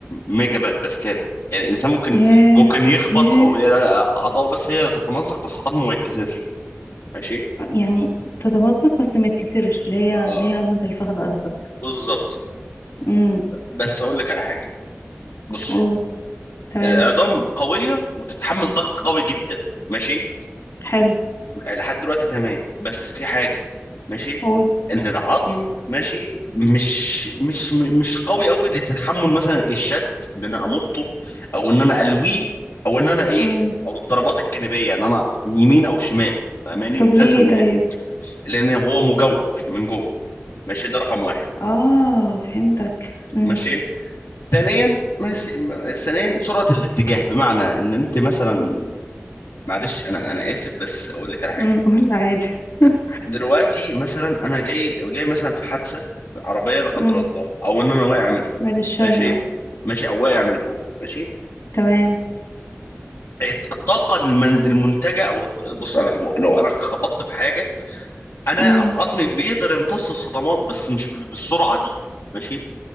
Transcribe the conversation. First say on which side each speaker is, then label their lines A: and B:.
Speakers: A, on the left; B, on the left.
A: ميجا با- باسكال يعني الانسان ممكن
B: ياه
A: ممكن يخبط
B: ياه
A: او ي- اعضائه بس هي اللي تتمزق بس عظمه ما يتكسرش ماشي
B: يعني تتمزق بس ما يتكسرش اللي هي
A: آه
B: اللي هي عظمه الفخذ قصدك
A: بالظبط
B: امم
A: بس هقول لك على حاجه بص
B: قول تمام
A: عظام قوية وتتحمل ضغط قوي جدا ماشي
B: حلو
A: لحد دلوقتي تمام بس في حاجة ماشي
B: قول
A: ان العظم ماشي مش مش مش قوي قوي لتحمل مثلا الشد ان انا امطه او ان انا الويه او ان انا ايه
B: امم
A: او الضربات الجانبية ان انا يمين او شمال فاهماني
B: طب
A: لازم
B: ليه
A: إن-
B: طيب
A: لان هو مجوف من جوه ماشي ده رقم واحد
B: اه فهمتك امم
A: ماشي ثانيا ماشي ثانيا سرعة الاتجاه بمعنى ان انت مثلا معلش انا انا اسف بس اقول لك على حاجه
B: امم قول عادي <laughs>
A: دلوقتي مثلا انا جاي جاي مثلا في حادثه عربيه لا قدر
B: امم
A: الله او ان انا واقع من فوق
B: بعد الشر
A: ماشي
B: اه
A: ماشي او واقع من فوق ماشي
B: تمام
A: الطاقه المن- المنتجه او بص انا لو لو انا خبطت في حاجه انا
B: امم
A: عظمي بيقدر يمتص الصدمات بس مش بال- بالسرعه دي ماشي